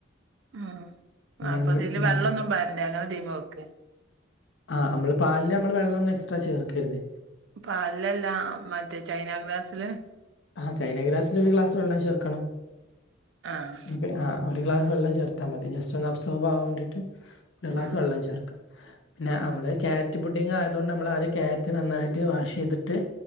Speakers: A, on the right (about 70°); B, on the left (about 75°).
A: ഉം അപ്പൊതില്
B: ഒന്ന്
A: വെള്ളൊന്നും പാടില്ലേ അങ്ങനെ തീമ വെക്കെ
B: ആഹ് നമ്മള് പാലില് നമ്മള് വെള്ളം ഒന്നും എക്സ്ട്രാ ചേർക്കരുത്
A: പാലിലല്ല മറ്റേ ചൈന ഗ്രാസില്
B: ആഹ് ചൈന ഗ്രാസില് ഒരു ഗ്ലാസ് വെള്ളം ചേർക്കണം
A: ആഹ്
B: ഇനീപ്പ ആ ഒരു ഗ്ലാസ് വെളളം ചേർത്താൽ മതി ജസ്റ്റ് ഒന്ന് അബ്സോർവ് ആവാൻവേണ്ടിട്ട് ഒരു ഗ്ലാസ്
A: ഉം
B: വെള്ളം ചേർക്ക പിന്നെ
A: ഉം
B: നമ്മള് ക്യാ രറ്റ് പുഡിങ്ങ് ആയത് കൊണ്ട് നമ്മള് ആദ്യം കാരറ്റ് നന്നായിട്ട് വാഷ് ചെയ്തിട്ട്